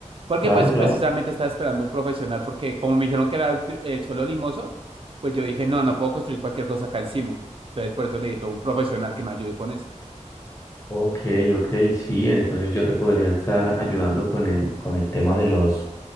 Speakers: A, on the right; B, on the left.
A: Porque
B: Claro,
A: pues
B: claro.
A: precisamente estaba esperando un profesional, porque como me dijeron que era el, el suelo limoso, pues yo dije, no, no puedo construir cualquier cosa acá encima. Entonces por eso necesito un profesional que me ayude con eso.
B: Ok, ok, sí, entonces yo te podría estar ayudando con el, con el tema de los,